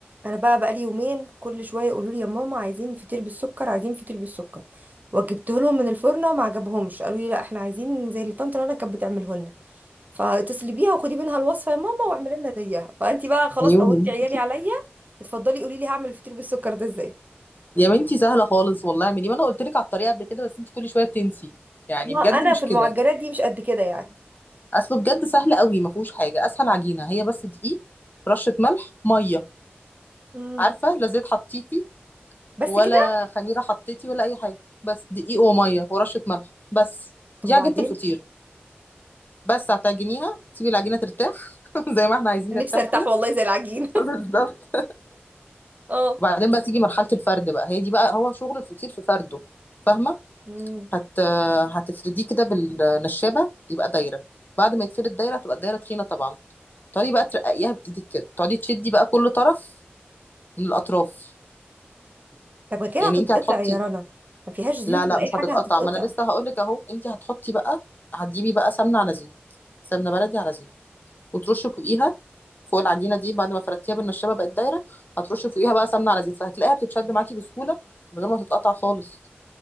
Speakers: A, on the right; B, on the left.
A: انا بقى بقالي يومين كل شويه يقولوا لي يا ماما عايزين فطير بالسكر عايزين فطير بالسكر وجبته لهم من الفرن ما عجبهمش قالوا لي لا احنا عايزين زي اللي طنط رنا كانت بتعمله لنا فاتصلي بيها وخدي منها الوصفه يا ماما واعملي لنا زيها فانت بقى خلاص
B: عيوني
A: قومتي عيالي عليا اتفضلي قولي لي هعمل الفطير بالسكر ده ازاي
B: يا بنتي سهله خالص والله اعملي ما انا قلت لك على الطريقه قبل كده بس انت كل شويه بتنسي يعني
A: ما
B: بجد
A: انا
B: مش
A: في المعجنات
B: كده
A: دي مش قد كده يعني
B: اصله بجد سهل قوي ما فيهوش حاجه اسهل عجينه هي بس دقيق رشه ملح ميه
A: امم
B: عارفه لا زيت حطيتي
A: بس
B: ولا
A: كده
B: خميره حطيتي ولا اي حاجه بس دقيق وميه ورشه ملح بس
A: طب
B: دي
A: وبعدين
B: عجينه الفطير بس هتعجنيها تسيبي العجينه ترتاح <laughs> زي ما احنا عايزين
A: نفسي
B: نرتاح
A: ارتاح
B: كده
A: والله زي العجين
B: <laughs> بالظبط
A: <laughs> اه
B: وبعدين بقى تيجي مرحله الفرد بقى هي دي بقى هو شغل الفطير في فرده فاهمه
A: امم
B: هت هتفرديه كده بالنشابة يبقى دايرة بعد ما يتفرد دايرة هتبقى الدايرة تخينة طبعا تقعدي بقى ترققيها بإيدك كده تقعدي تشدي بقى كل طرف من الأطراف
A: طب ما كده
B: يعني
A: هتتقطع
B: انت هتحطي
A: يا رنا ما فيهاش زيوت
B: لا لا
A: ولا
B: مش
A: اي حاجه
B: هتتقطع
A: هتتقطع
B: ما انا لسه هقولك اهو انت هتحطي بقى هتجيبي بقى سمنة على زيت سمنة بلدي على زيت وترشي فوقيها فوق العجينة دي بعد ما فردتيها بالنشابة بقت دايرة هترشي فوقيها بقى سمنة على زيت فهتلاقيها بتتشد معاكي بسهولة من غير ما تتقطع خالص